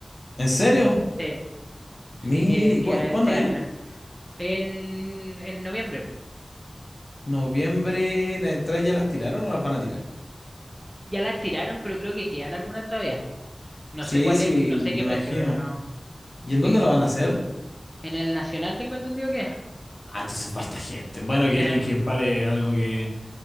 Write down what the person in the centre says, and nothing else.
Sí, sí,
que, que
este
año. En, en noviembre.
Ya las tiraron, pero creo que quedan algunas todavía. No
sé cuál
es, no
sé qué precio,
pero
sí,
en el Nacional tengo entendido que.
Sí,